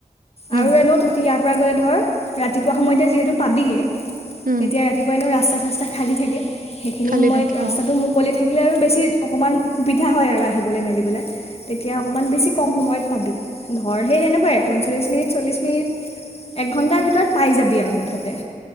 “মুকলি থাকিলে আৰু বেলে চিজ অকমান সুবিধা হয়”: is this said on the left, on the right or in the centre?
Left